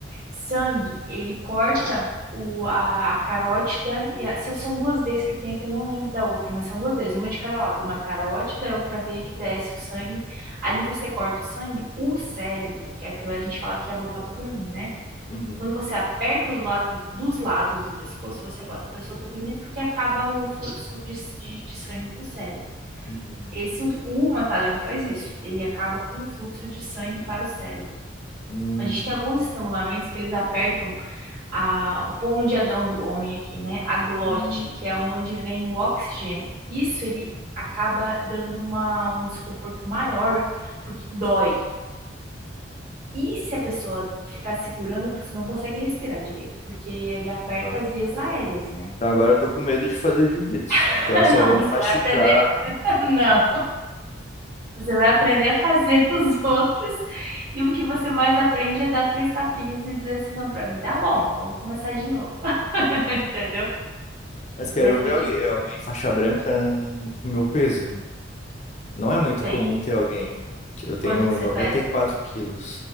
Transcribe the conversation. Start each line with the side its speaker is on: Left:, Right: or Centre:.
Right: sangue, ele corta o, a, a carótida e a- são, são duas vezes que tem aqui, eu não lembro da outra, mas são duas vezes, uma de cada lado, uma carótida e outra veia que desce o sangue. Ali você corta o sangue, o cérebro, que é o que a gente fala que é botar pra dormir, né?
Left: Uhum.
Right: Quando você aperta do lado do- dos lados do pescoço, você bota a pessoa para dormir porque acaba o fluxo de, de, de sangue para o cérebro.
Left: Uhum.
Right: Esse, o, o mata-leão faz isso. Ele acaba com o fluxo de sangue para o cérebro.
Left: Hum,
Right: A gente tem alguns estrangulamentos que eles apertam a, o pomo de Adão do homem aqui, né? A glote,
Left: hum.
Right: que é onde vem o oxigênio. Isso ele acaba dando uma, um desconforto maior, porque dói. E se a pessoa ficar segurando, você não consegue respirar direito, porque ele aperta
Left: Ah.
Right: as vias aéreas, né?
Left: Então agora eu tô com medo de fazer jiu-jitsu.
Right: <laughs>
Left: Então eu só
Right: Não,
Left: vou
Right: você
Left: me machucar
Right: vai aprender. <laughs> Não, você vai aprender a fazer <laughs> os outros. E o que você mais aprende é dar três tapinhas e dizer assim: não, pra mim tá bom, vamos começar de novo. <laughs> Entendeu?
Left: Mas quero
Right: Mas eu
Left: ver
Right: vou
Left: alguém,
Right: te.
Left: alguém faixa branca com meu peso. Não é muito
Right: Tem.
Left: comum ter alguém. Eu tenho
Right: Quanto que você
Left: noventa
Right: pesa?
Left: e quatro quilos.